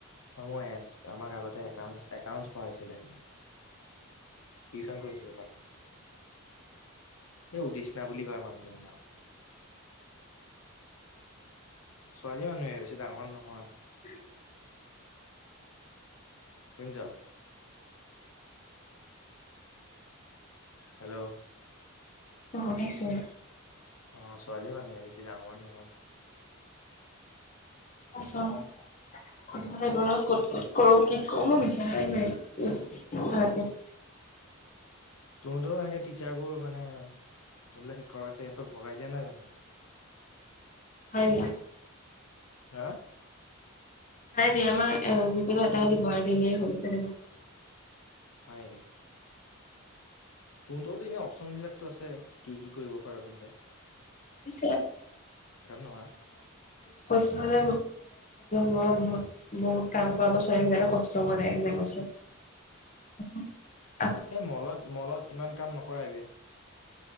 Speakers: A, on the left (about 75°); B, on the left (about 35°).
A: হয় মই আমাক আগতে একাউট একাউণ্টছ পঢ়াইছিলে। টিউচন কৰিছিলোঁ তাত। সেই উদেশনা বুলি কয় মানুহজনীৰ নাম। ছোৱালী মানুহে বেছি ডাঙৰ নহয়।
B: <inaudible>
A: শুনিছ? হেল্ল'
B: শুনিছোঁ
A: অ', ছোৱালী মানুহে, বেছি ডাঙৰ মানুহ নহয়।
B: আছা <unintelligible> <inaudible>
A: তহতৰো সেনেকে টিচাৰবোৰ মানে যোনবিলাক শিক্ষক আছে, সিহঁতক ভগাই দিয়া নাই জানো?
B: হয় নি
A: হাঁ?
B: নাই নাই আমাৰ যিকোনো এটা দিব আৰু দিলেই হ'ল তেনেকুৱা।
A: হয় নেকি? তহঁতৰো এনে অপচন বিলাকো আছে কি কি কৰিব পাৰ তহঁতে
B: <unintelligible>
A: নহয়
B: ছোৱালী বহুত বহুত কাম কৰিব ছোৱালীবিলাকে কষ্ট কৰিব নালাগে এনেকে কৈছে <unintelligible>
A: এই মলত মলত ইমান কাম নকৰাই বে